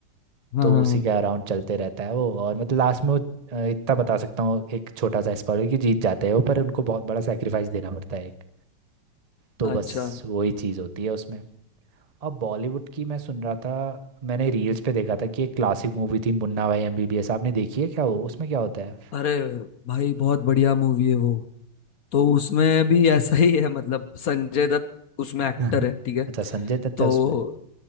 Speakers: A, on the left; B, on the right.
A: हाँ
B: तो
A: हाँ
B: उसी
A: हाँ
B: के अराउंड चलते रहता है वो और मतलब लास्ट में वो अ, इतना बता सकता हूँ एक छोटा सा स्पॉइलर कि जीत जाते हैं वो पर उनको बहुत बड़ा सेक्रीफाइस देना पड़ता है एक तो
A: अच्छा
B: बस वही चीज़ होती है उसमें अब बॉलीवुड की मैं सुन रहा था मैंने रील्स पे देखा था कि एक क्लासिक मूवी थी मुन्ना भाई एमबीबीएस आपने देखी है क्या वो उसमें क्या होता है
A: अरे भाई बहुत बढ़िया मूवी है वो तो उसमें भी ऐसा ही है मतलब संजय दत्त उसमें
B: <laughs>
A: एक्टर
B: हाँ।
A: है ठीक है
B: अच्छा संजय दत्त
A: तो
B: है उसमें